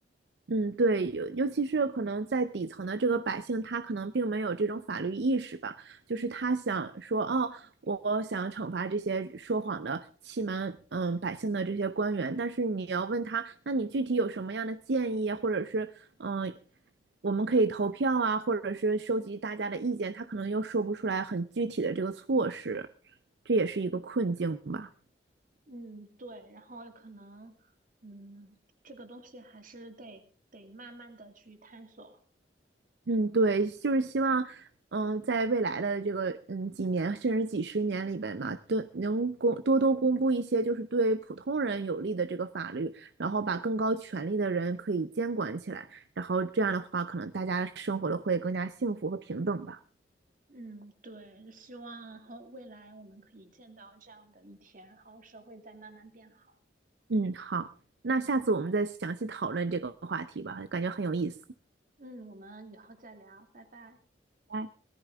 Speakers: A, on the right (about 70°); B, on the right (about 50°).
A: 嗯，对，尤尤其是可能在底层的这个百姓，他可能并没有这种法律意识吧，就是他想说，哦，我想惩罚这些说谎的、欺瞒嗯百姓的这些官员，但是你要问他，那你具体有什么样的建议啊，或者是嗯，我们可以投票啊，或者是收集大家的意见，他可能又说不出来很具体的这个措施，这也是一个困境吧。
B: 嗯，对，然后可能，嗯，这个东西还是得得慢慢的去探索。
A: 嗯，对，就是希望，嗯，在未来的这个嗯几年甚至几十年里边吧，都能公多多公布一些就是对普通人有利的这个法律，然后把更高权力的人可以监管起来，然后这样的话，可能大家生活的会更加幸福和平等吧。
B: 嗯，对，希望后未来我们可以见到这样的一天，然后社会再慢慢变好。
A: 嗯，好，那下次我们再详细讨论这个话题吧，感觉很有意思。
B: 嗯，我们以后再聊，拜拜。
A: 拜拜。